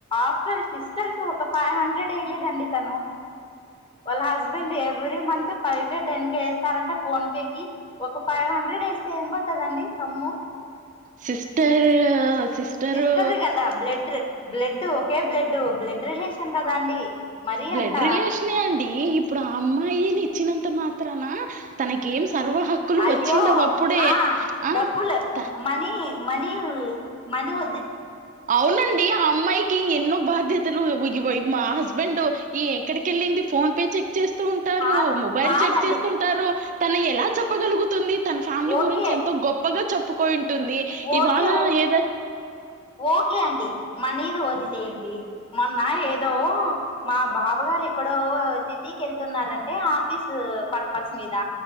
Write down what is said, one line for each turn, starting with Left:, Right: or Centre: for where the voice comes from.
Left: ఆఫ్టల్ సిస్టర్ కి ఒక ఫైవ్ హండ్రెడ్ ఇయ్యలేదండి తను వాళ్ళ హస్బెండ్ ఎ every month five K ten K యేస్తారంటా ఫోన్ పే కి ఒక ఫైవ్ హండ్రెడ్ యేస్తే ఏమ్ బోతదండి. కమ్ము
Right: సిస్టర్ సిస్టరు
Left: సిస్టర్ గదా బ్లడ్ర్ బ్లెడ్ ఒకే బ్లెడ్ బ్లెడ్ రిలేషన్ కదా అండి మరీ
Right: బ్లెడ్
Left: అంత
Right: రిలేషనే అండి ఇప్పుడు ఆ అమ్మాయిని ఇచ్చినంత మాత్రాన తనకేం సర్వ హక్కులు
Left: అయ్యో
Right: వచ్చిండవు అప్పుడే
Left: ఆ
Right: ఆ
Left: డబ్బులు
Right: త-
Left: మనీ మనీ మని వ
Right: అవునండి ఆ అమ్మాయికి ఎన్నో బాధ్యత తలు వయ్వయ్ మా హస్బెండ్ ఈ ఎక్కడికెళ్ళింది ఫోన్ పే చె చేస్తూ ఉంటారు
Left: కా
Right: మొబైల్
Left: కాదండి
Right: చెక్ చేస్తుంటారు తన ఎలా చెప్పగలుగుతుంది తన ఫ్యామిలీ
Left: ఓకే
Right: గురించి ఎంతో గొప్పగా చెప్పుకోయింటుంది ఇవాళ
Left: ఓకే ఓకే
Right: ఏద
Left: ఓకే అండి మనీది వదిలేయంది మొన్న ఏదో మా బావగారు ఎక్కడో సిటీకి వెళ్తున్నారంటే ఆఫీస్ పర్పస్ మీద